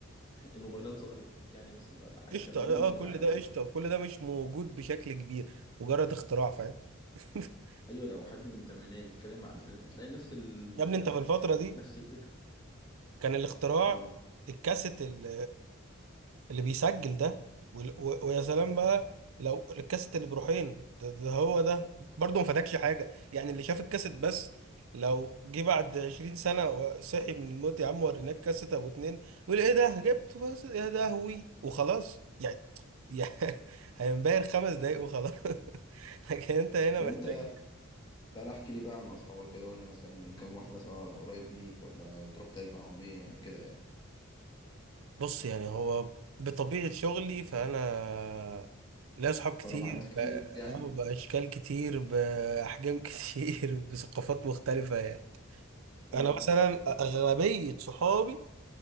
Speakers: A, on the left; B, on the right.
A: الموبايلات ظهرت يعني مثلا ولا حاجة
B: قشطة
A: كان موجود
B: اه
A: موبايلات
B: آه، كل
A: عادي
B: ده
A: برضه
B: قشطة كل ده مش موجود بشكل كبير مجرد اختراع فاهم <laughs>
A: أيوة لو حد من الثمانينات يتكلم على الألفينات هتلاقي نفس ال
B: يا ابني انت في الفترة دي
A: نفس الفكرة
B: كان الاختراع
A: اه
B: الكاسيت ال- اللي بيسجل ده وال- و- ويا سلام بقى لو الكاسيت اللي بروحين ده, ده هو ده برضه ما فادكش حاجة يعني اللي شاف الكاسيت بس لو جه بعد 20 سنة وصحي من الموت يا عم وريناك كاسيت ابو اتنين يقول ايه ده جبته بس يا ده هوي وخلاص يعني يعني <laughs> هينبهر خمس دقايق وخلاص <laughs> لكن انت هنا
A: طب
B: محتاج
A: أنت تعالى احكي لي بقى عن أصحابك كده وقول لي مثلا كم واحد مثلا قريب ليك ولا بتروح تعمل معاهم إيه يعني كده يعني
B: بص يعني هو بطبيعة شغلي فأنا ليا أصحاب كتير
A: تعرف على ناس كتير
B: ب- آه،
A: يعني
B: بأشكال كتير بأحجام <laughs> كتير بثقافات مختلفة يعني
A: أيوة
B: أنا مثلا
A: فاهمك
B: أغلبية صحابي